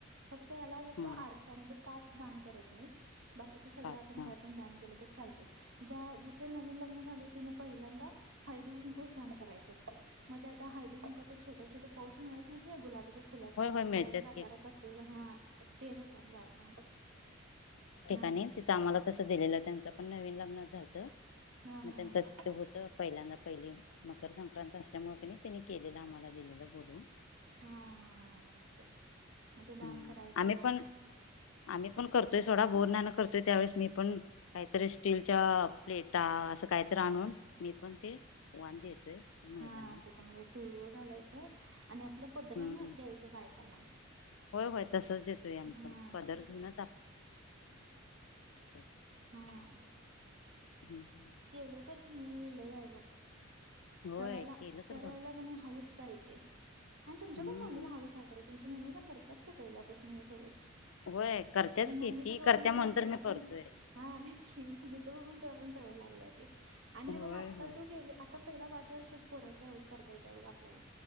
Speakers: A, on the right; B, on the left.
A: फक्त ह्याला फक्त
B: हा
A: आरसा म्हणजे काच दान करत नाहीत बाकीचं सगळं
B: पाच
A: आपण
B: हा
A: काय पण दान केलं तरी चालतय ज्या जिच नवीन लग्न झाले तिनी पहिल्यांदा हळदी कुंकूच दान करायचं असत. म ते आता हळदी कुंकाच छोटे छोटे पाऊच मिळत नाहीत होय गुलाबाच्या फुलाच्या
B: होय होय मिळतात
A: कळ्यांच्या आकारात
B: की
A: असते ब हा ते देतात बायका ह.
B: आणि तिथं आम्हाला कसं दिलेलं त्यांच पण नवीन लग्न झालत
A: हा
B: मग
A: हा हा
B: त्यांच ते होत पहिल्यांदा पहिली मकर संक्रांत असल्यामुळे क नाही त्यांनी केलेलं आम्हाला दिलेलं बोलूवून.
A: हा हा हा तस मग ते
B: हम्म.
A: दान करायचं
B: आम्ही पण आम्ही पण करतोय सोडा बोरन्हान करतोय त्यावेळेस मी पण काहीतरी स्टीलच्या प्लेटा अस काहीतर आणून मी पण ते वाण देतोय महिला
A: हा त्याच्यामध्ये तिळगुळ घालायचं आणि आपल्या पदरानं
B: हम्म
A: द्यायचं बायकांना.
B: होय, होय तसच देतोय आम्ही
A: हा
B: पण पदर घेऊनच <unintelligible>
A: हा.
B: हम्म
A: केलं तर की नई लई आहे बघ.
B: होय
A: करायला
B: केलं
A: करायला
B: तर भरपूर
A: क नाही हऊस पाहिजे. आणि तुमच्या
B: हम्म
A: पण मम्मीला हाऊस आहे खर तुमची मम्मी पण करताच की पहिल्यापासन हे सगळं.
B: होय. करतेच
A: म
B: की
A: मम्मीच
B: ती
A: बघून
B: करत्या
A: बघून
B: म्हणून तर
A: तुला
B: मी करतोय
A: पण हा तेच की मम्मीच बघून तुला पण सवय लाग ले ती आणि
B: होय
A: हे बघ आता
B: होय
A: तू गेल आता पहिला पाच वर्षच पोरांची हौस करता येते बघ आपल्याला.